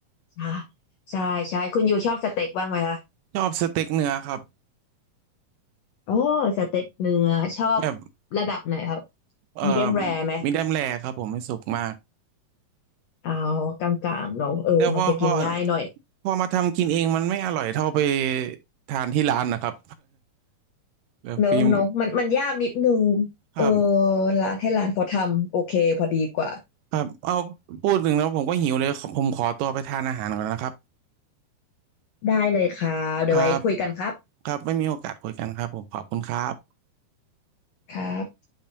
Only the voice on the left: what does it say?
ค่ะใช่ใช่คุณยูชอบสเต็กบ้างไหมคะ
โอ้สเต็กเนื้อชอบ
ระดับไหนครับ
มีเดียมแรร์ไหม
เอากลางๆเนอะเออมันจะกินง่ายหน่อย
เนอะเนอะมันมันยากนิดนึง
เออร้านให้ร้านเขาทำโอเคพอดีกว่า
ได้เลยครับเดี๋ยวไว้คุยกันครับ
ครับ